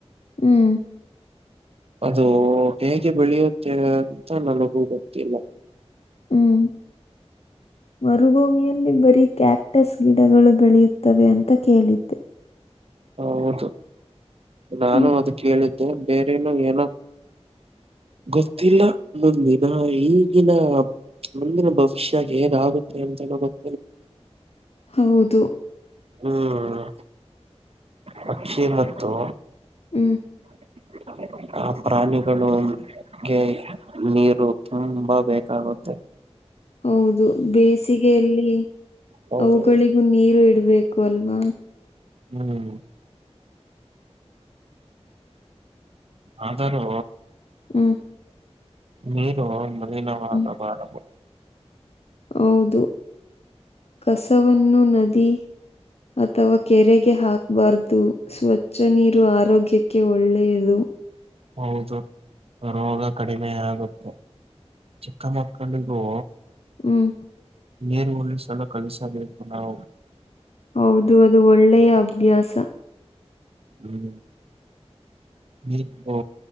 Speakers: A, on the left; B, on the right.
A: ಹ್ಮ್
B: ಅದು ಹೇಗೆ ಬೆಳೆಯುತ್ತೇವೆ ಅಂತ ನನಗೂ ಗೊತ್ತಿಲ್ಲ.
A: ಹ್ಮ್
B: <unintelligible>
A: ಮರುಭೂಮಿಯಲ್ಲಿ ಬರೀ ಕ್ಯಾಪ್ಟಸ್ ಗಿಡಗಳು ಬೆಳೆಯುತ್ತವೆ ಅಂತ ಕೇಳಿದ್ದೆ.
B: ಹೌದು ನಾನು
A: ಹ್ಮ್
B: ಅದು ಕೇಳಿದ್ದ್ ದ್ದ್ ಬೇರೆನೊ ಏನೋ ಗೊತ್ತಿಲ್ಲ ಮುಂದಿನ ಈಗಿನ ಮುಂದಿನ ಭವಿಷ್ಯ ಏನಾಗುತ್ತೆ ಅಂತನೂ ಗೊತ್
A: ಹೌದು
B: ಹ್ಮ್ ಪಕ್ಷಿ ಮತ್ತು
A: ಹ್ಮ್
B: <unintelligible> ಆ ಪ್ರಾಣಿಗಳು ಗೆ ನೀರು ತುಂಬಾ ಬೇಕಾಗುತ್ತೆ.
A: ಹೌದು ಬೇಸಿಗೆಯಲ್ಲಿ
B: ಹೌದೌದು
A: ಅವುಗಳಿಗೂ ನೀರು ಇಡುಬೇಕು ಅಲ್ವಾ
B: ಹ್ಮ್ ಆದರೂ
A: ಹ್ಮ್
B: ನೀರು ಮಾಲಿನವಾಗಬಾರದು
A: ಹ್ಮ್ ಹೌದು ಕಸವನ್ನು ನದಿ ಅಥವಾ ಕೆರೆಗೆ ಹಾಕ್ ಬರ್ದು ಸ್ವಚ್ಛ ನೀರು ಆರೋಗ್ಯಕ್ಕೆ ಒಳ್ಳೆಯದು.
B: ಹೌದು ರೋಗ ಕಡಿಮೆಯಾಗುತ್ತೆ ಚಿಕ್ಕ ಮಕ್ಕಳಿಗೂ
A: ಹ್ಮ್
B: ನೀರು ಉಳಿಸಲು ಕಲಿಸಬೇಕು ನಾವು
A: ಹೌದು ಅದು ಒಳ್ಳೆಯ ಅಭ್ಯಾಸ.
B: ಹ್ಮ್ ನೀವು